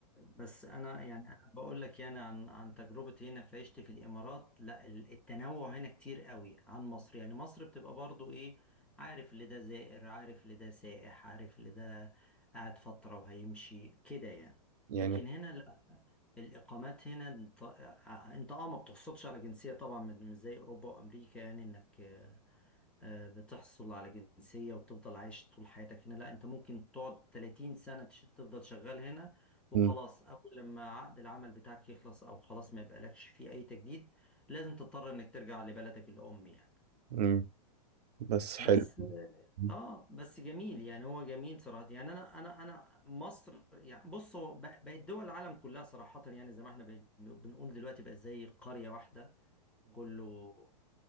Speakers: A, in the centre; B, on the right.
A: بس انا يعني بقول لك يعني عن عن تجربتي هنا في عيشتي في الامارات لا ال- التنوع هنا كتير قوي عن مصر يعني مصر بتبقى برضو ايه عارف اللي ده زائر عارف اللي ده سائح عارف اللي ده قاعد فترة وهيمشي كده يعني
B: يعني
A: لكن هنا لا الاقامات هنا انت آه، آه، انت اه ما بتحصلش على جنسية طبعا من- مش زي اوروبا وامريكا يعني انك آه، بتحصل على جنسية وتفضل عايش طول حياتك هنا لا انت ممكن تقعد 30 سنة تش- تفضل شغال هنا وخلاص
B: م-
A: اول لما عقد العمل بتاعك يخلص او خلاص ما يبقالكش فيه اي تجديد لازم تضطر انك ترجع لبلدك الام يعني
B: م- بس حلو
A: بس
B: م-
A: اه بس جميل يعني هو جميل صراحة يعني انا انا انا مصر يعني بص هو بق- بقت دول العالم كلها صراحة يعني زي ما احنا بن- بنقول دلوقتي بقت زي قرية واحدة كله